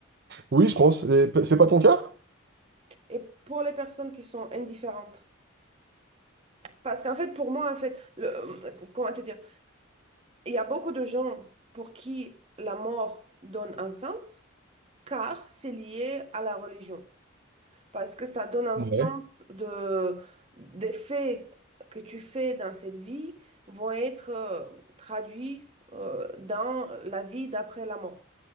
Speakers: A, on the right (about 50°); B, on the right (about 30°).
A: oui, je pense. Et p- C'est pas ton cas?
B: Et pour les personnes qui sont indifférentes. Parce qu'en fait, pour moi, en fait, le, euh, comment te dire, il y a beaucoup de gens pour qui la mort donne un sens, car c'est lié à la religion parce que ça donne un
A: Ouais,
B: sens de, des faits que tu fais dans cette vie vont être euh, traduits euh, dans la vie d'après la mort.